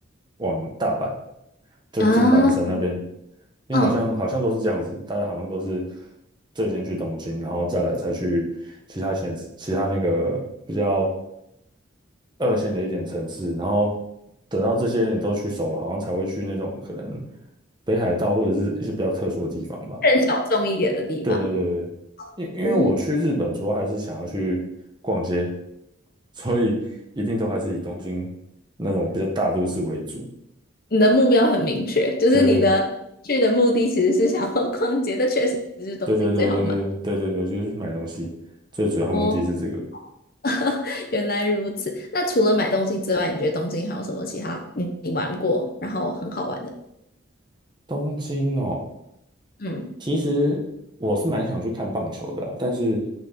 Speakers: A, on the right; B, on the left.
A: 往大阪，就金板神那边，
B: 啊
A: 因为好像好像都是这样子，
B: 嗯，
A: 大家好像都是最先去东京，然后再来才去其他县市，其他那个比较。二线的一点城市，然后等到这些你都去熟了，好像才会去那种可能北海道或者是一些比较特殊的地方吧。
B: 更小众一点的地方。
A: 对对对对，因因为我去日本主要还是想要去逛街，
B: 嗯。
A: 所以一定都还是以东京那种比较大都市为主。
B: 你的目标很明确，就是你的去的目的其实是想要逛街，
A: 对
B: <laughs> 但确实是东京最好买。
A: 对对对对对对对对，就是去买东西，最主要目的是这个。
B: 哦，<laughs> 原来如此。那除了买东西之外，你觉得东京还有什么其他你你玩过，然后很好玩的？
A: 东京哦，
B: 嗯
A: 其实我是蛮想去看棒球的啊但是